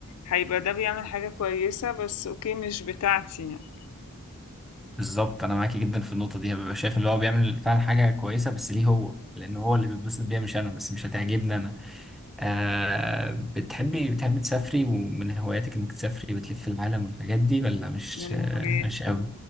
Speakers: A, on the left; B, in the centre.
A: هيبقى ده بيعمل حاجة كويسة بس اوكي مش بتاعتي يعني
B: بالظبط أنا معاكي جدا في النقطة دي ببقى شايف اللي هو بيعمل فعلا حاجة كويسة بس ليه هو لأن هو اللي بيتبسط بيها مش أنا بس مش هتعجبني أنا آه بتحبي بتحبي تسافري ومن هواياتك انك تسافري وتلفي العالم والحاجات دي ولا مش
A: من
B: آه
A: هوايتي
B: مش قوي
A: أو